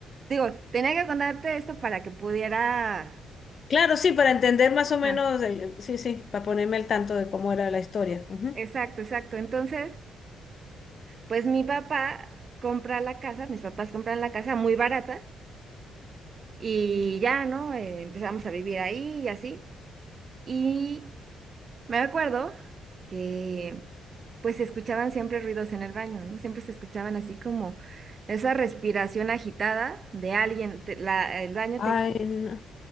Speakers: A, on the right; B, on the left.
A: digo, tenía que contarte esto para que pudiera...
B: Claro, sí, para entender más o menos,
A: Ajá,
B: el- sí, sí, para ponerme al tanto de cómo era la historia. Ujú.
A: exacto, exacto. Entonces... Pues mi papá compra la casa, mis papás compran la casa muy barata y ya, ¿no? Eh, empezamos a vivir ahí y así. Y me acuerdo que pues se escuchaban siempre ruidos en el baño, ¿no? Siempre se escuchaban así como esa respiración agitada de alguien. Te- la- el baño
B: Ay,
A: tenía...
B: no.